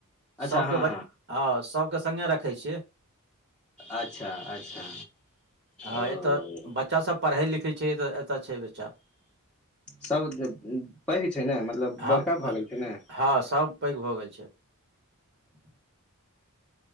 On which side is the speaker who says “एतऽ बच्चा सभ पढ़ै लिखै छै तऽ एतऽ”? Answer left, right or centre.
Right